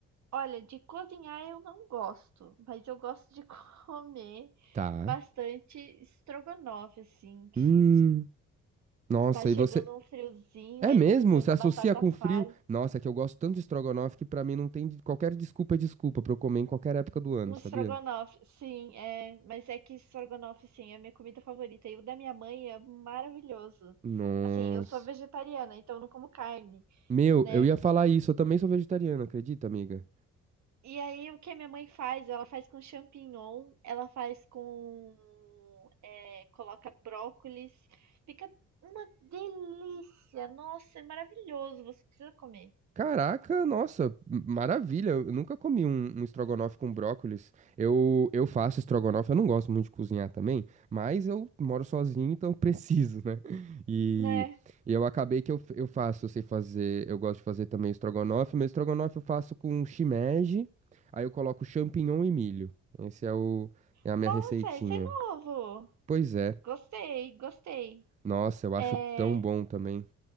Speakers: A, on the right (about 65°); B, on the right (about 25°).
A: Olha, de cozinhar eu não gosto, mas eu gosto de <laughs> comer
B: Tá.
A: bastante estrogonofe, assim, que
B: Hum, nossa,
A: tá chegando
B: e você...
A: um friozinho,
B: É
A: aí
B: mesmo?
A: você põe
B: Você
A: uma
B: associa
A: batata
B: com frio?
A: palha
B: Nossa, é que eu gosto tanto de estrogonofe que pra mim não tem de- qualquer desculpa é desculpa pra eu comer em qualquer época do ano,
A: Um
B: sabia?
A: estrogonofe, sim, é. Mas é que estrogonofe, sim, é a minha comida favorita. E o da minha mãe é maravilhoso.
B: Nossa.
A: Assim, eu sou vegetariana, então eu não como carne,
B: Meu,
A: né?
B: eu ia falar isso. Eu também sou vegetariano, acredita, amiga?
A: E aí, o que a minha mãe faz? Ela faz com champignon, ela faz com. é, coloca brócolis. Fica uma delícia! Nossa, é maravilhoso! Você precisa comer,
B: Caraca, nossa, m- maravilha. Eu nunca comi um, um estrogonofe com brócolis. Eu, eu faço estrogonofe, eu não gosto muito de cozinhar também, mas eu moro sozinho, então eu preciso, né? <laughs> E,
A: né?
B: e eu acabei que eu, f- eu faço, eu sei fazer, eu gosto de fazer também estrogonofe. Meu estrogonofe eu faço com shimeji, aí eu coloco champignon e milho. Esse é o, é a
A: Nossa,
B: minha receitinha.
A: esse é novo!
B: Pois é.
A: Gostei, gostei.
B: Nossa, eu acho
A: É,
B: tão bom também.